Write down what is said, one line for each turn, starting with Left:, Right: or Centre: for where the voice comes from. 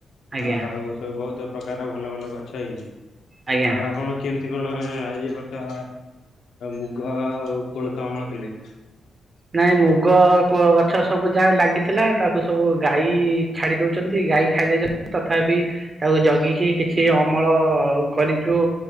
Right: ଆଜ୍ଞା
Left: ଆଉ ସବୁ ବହୁତ ପ୍ରକାର ଭଲ ଭଲ ଗଛ ହେଇଚି।
Right: ଆଜ୍ଞା।
Left: ଆଉ ଆପଣ କେମତି କଣ ଆଜି ପଟା ମୁଗ ଆଉ କୋଳଥ ଅମଳ କଲେ।
Right: ନାଇଁ ମୁଗ ଗଛ ସବୁ ଯାହା ଲାଗିଥିଲା ତାକୁ ସବୁ ଗାଈ ଛାଡ଼ି ଦଉଛନ୍ତି ଗାଈ ଖାଇ ଦେଇେଇଚନ୍ତି। ତଥାପି ତାକୁ ଜଗିକି କିଛି ଅମଳ କରିଚୁ